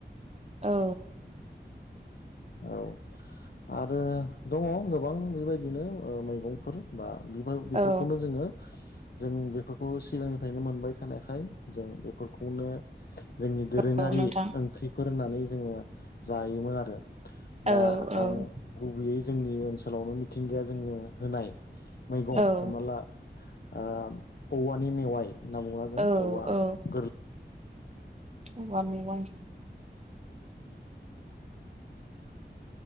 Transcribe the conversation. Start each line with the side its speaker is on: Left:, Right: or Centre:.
Right: औ
Left: औ आरो दङ गोबां बेबायदिनो ओ मैगंफोर बा <unintelligible> बेफोरखौनो
Right: औ
Left: जोङो जों बेफोरखौ सिगांनिफ्रायनो मोनबाय थानायखाय जों बेफोरखौनो जोंनि दोरोङारि
Right: औ नोंथां
Left: ओंख्रिफोर होननानै जोङो जायोमोन आरो
Right: औ
Left: दा
Right: औ
Left: आं गुबैयै जोंनि ओनसोलावनो मिथिंगाया जोनो होनाय मैगं
Right: औ
Left: हमना ला ओ औवानि मेवाइ ना मावाजों
Right: औ
Left: औवा
Right: औ
Left: गोर
Right: औवा मेवाय